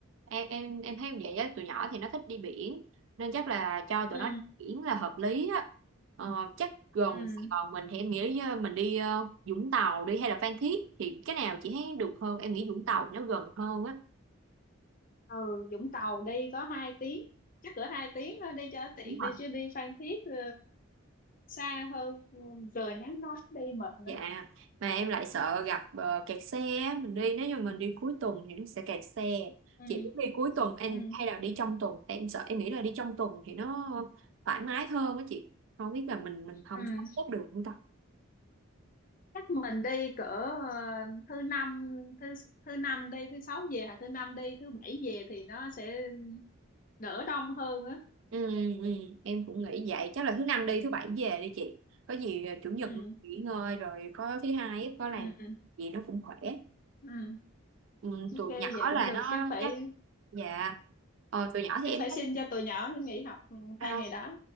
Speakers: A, on the right (about 65°); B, on the left (about 40°).
A: Em em em thấy vậy á, tụi nhỏ thì nó thích đi biển nên chắc là cho tụi
B: ừ
A: nó biển là hợp lý á. Ờ, chắc gần
B: ừ
A: Sài Gòn mình thì em nghĩ ờ, mình đi ờ, Vũng Tàu đi hay là Phan Thiết thì cái nào chị thấy được hơn? Em nghĩ Vũng Tàu nó gần hơn á.
B: ừ Vũng Tàu đi có hai tiếng chắc cỡ hai tiếng thôi đi cho tiện
A: Đúng rồi.
B: đi chứ đi Phan Thiết ờ, xa hơn ừ, trời nắng nóng đi mệt nữa
A: Dạ, mà em lại sợ gặp ờ, kẹt xe á, mình đi nếu như mình đi cuối tuần thì nó sẽ kẹt xe.
B: ừ
A: Chị muốn đi cuối tuần em
B: ừ
A: hay là đi trong tuần? Tại em sợ em nghĩ là đi trong tuần thì nó thoải mái hơn á chị. Không biết là mình mình không
B: ừ
A: sắp xếp được không ta.
B: chắc mình đi cỡ ờ, thứ năm thứ thứ năm đi thứ sáu về hoặc thứ năm đi thứ bảy về thì nó sẽ đỡ đông hơn á
A: Ừ, ừ, em cũng nghĩ vậy. Chắc là thứ năm đi, thứ bảy về đi chị. Có gì ờ, chủ nhật
B: ừ
A: nghỉ ngơi rồi có thứ hai á, có làm
B: ừ
A: gì nó cũng khỏe.
B: ừ.
A: Ừ,
B: ok
A: tụi nhỏ
B: vậy cũng
A: là
B: được
A: nó
B: chắc phải
A: chắc dạ. Ờ, tụi nhỏ
B: chắc
A: thì em
B: phải xin
A: thấy
B: cho tụi nhỏ nó nghỉ học ừ,
A: Sao?
B: hai ngày đó